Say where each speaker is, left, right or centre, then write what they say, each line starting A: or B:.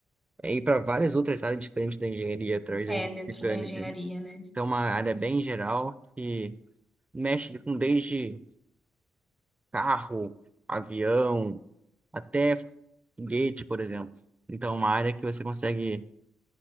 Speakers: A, on the right; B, in the centre.
A: ir para várias outras áreas diferentes da engenharia, através
B: É,
A: da engenharia
B: dentro
A: mecânica.
B: da engenharia, né?
A: Então, é uma área bem geral que mexe com desde carro, avião, até foguete, por exemplo. Então, é uma área que você consegue